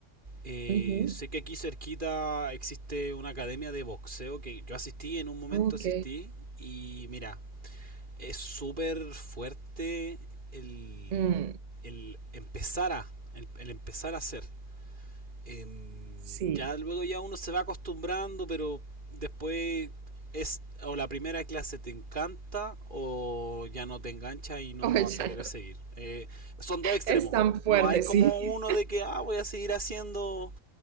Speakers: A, on the right; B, on the right.
A: Eh,
B: ujú,
A: sé que aquí cerquita existe una academia de boxeo que yo asistí en un momento
B: Ok.
A: asistí y mira, es súper fuerte el,
B: mm,
A: el empezar a el, el empezar a hacer eh,
B: sí.
A: ya luego ya uno se va acostumbrando, pero después es o la primera clase te encanta o ya no te engancha y no
B: Oh, <laughs> ya
A: vas a querer
B: no.
A: seguir. Eh, son dos extremos.
B: Es tan fuerte,
A: No hay como
B: sí.
A: uno de que ah, voy a seguir haciendo